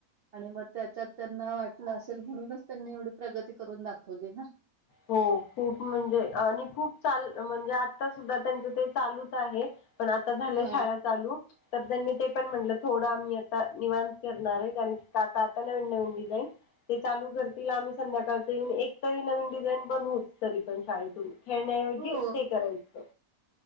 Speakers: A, on the right; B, on the left.
A: आणि मग त्याच्यात त्यांना वाटलं असेल म्हणूनच त्यांनी एवढी प्रगती करून दाखवली ना.
B: हो खूप म्हणजे आणि खूप चाल म्हणजे आता सुद्धा त्यांचं ते चालूच आहे. पण आता झाल्या
A: हा.
B: शाळा चालू तर त्यांनी ते पण म्हटलं थोडं आम्ही आता निवांत करणार आहे. कारण की आत्ता आता नवीन नवीन डिझाईन, ते चालू करतील आम्ही संध्याकाळच येऊन एकतरी नवीन डिझाईन बनवूच तरी पण शाळेतून खेळण्याऐवजी
A: हो
B: ते करायचं